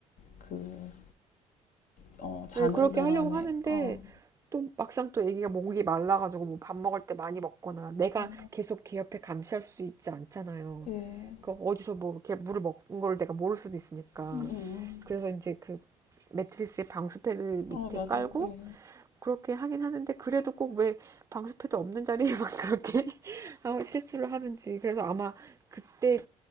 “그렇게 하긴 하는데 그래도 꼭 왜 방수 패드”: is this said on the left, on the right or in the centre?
Right